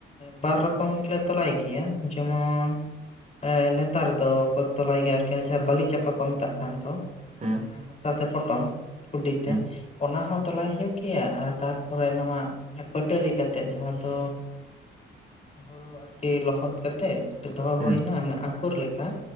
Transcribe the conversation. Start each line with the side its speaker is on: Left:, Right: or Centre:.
Left: ᱵᱟᱨ ᱨᱚᱠᱚᱢ ᱞᱮ ᱛᱚᱞᱟᱭ ᱜᱮᱭᱟ, ᱡᱮᱢᱚᱱ ᱮ ᱱᱮᱛᱟᱨ ᱫᱚ ᱵᱟᱹ ᱛᱚᱞᱟᱭ ᱜᱮᱭᱟ ᱟᱨᱠᱤ ᱡᱟᱦᱟᱸ ᱵᱟᱹᱞᱤ ᱪᱟᱯᱟ ᱠᱚ ᱢᱮᱛᱟᱜ ᱠᱟᱱ ᱫᱚ᱾
Right: ᱦᱩᱸ
Left: ᱢᱟᱱᱮ ᱦᱟᱥᱟᱛᱮ ᱯᱚᱴᱚᱢ ᱠᱩᱰᱤᱛᱮ
Right: ᱦᱩᱸ
Left: ᱚᱱᱟ ᱦᱚᱸ ᱛᱚᱞᱟᱭ ᱦᱩᱭᱩᱜ ᱜᱮᱭᱟ ᱟᱨ ᱛᱟᱨᱯᱚᱨᱮ ᱱᱚᱣᱟ ᱯᱟᱹᱴᱟᱹᱞᱤ ᱠᱟᱛᱮᱜ ᱡᱟᱦᱟᱸ ᱫᱚ ᱦᱳᱲᱳ ᱟᱨᱠᱤ ᱞᱚᱦᱚᱫ ᱠᱟᱛᱮᱜ᱾ ᱫᱚᱦᱚ
Right: ᱦᱩᱸ
Left: ᱦᱩᱭᱱᱟ ᱢᱟᱱᱮ ᱟᱝᱠᱩᱨ ᱞᱮᱠᱟ